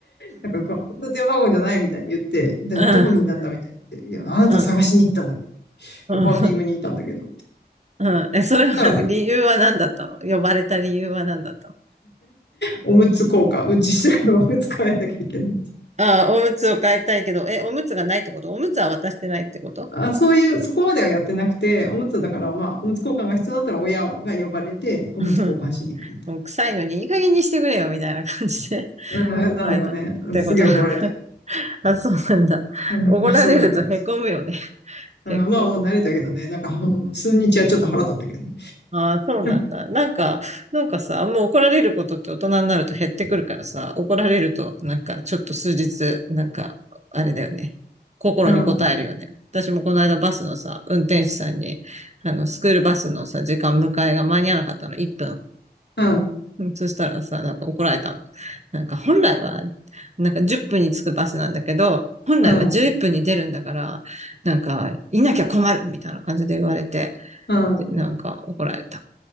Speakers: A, on the left (about 85°); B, on the right (about 40°).
A: なんか、この電話番号じゃないみたいに言って、で、
B: ん、
A: どこにいたんだみたいに言って、いや、あなた探しに行ったんだみたい
B: うん、うん。
A: な。パーキングにいたんだけど、みたい
B: うん。え、それは、
A: な。たらなんか、
B: 理由は何だったの呼ばれた理由は何だったの
A: おむつ交換、うんちしてからおむつ変えなきゃいけない。
B: ああ、おむつを変えたいけど、え、おむつがないってことおむつは渡してないってこと
A: あ、そういう、そこまではやってなくて、おむつだから、まあ、おむつ交換が必要だったら親が呼ばれて、おむつ交換しに行くみたい
B: <laughs> もう臭いのにいい加減にしてくれよ、みたいな感じで <laughs>
A: な。うん、なのがね、
B: 捉えたってことなのか。
A: うんすげえ怒られて。
B: <laughs> あ、そうなんだ。
A: うん、
B: おごられると凹むよね、
A: まあ、そんな感じ。うん、
B: 結構。
A: まあ、もう慣れたけどね、なんか、うん数日はちょっと腹立ったけどね。
B: ああ、そうなんだ。
A: <laughs>
B: なんか、なんかさ、もう怒られることって大人になると減ってくるからさ、怒られると、なんか、ちょっと数日、なんか、あれだよね。心に応えるよね。
A: うん、うん、
B: 私もこの間バスのさ、運転手さんに、あの、スクールバスのさ、時間迎えが間に合わなかったの、1分。
A: うん、
B: うんそしたらさ、なんか怒られたの。なんか本来は、なんか10分に着くバスなんだけど、本来は11分に出るんだから、
A: うん、
B: なんか、いなきゃ困るみたいな感じで言われて、
A: うん。
B: でなんか怒られた。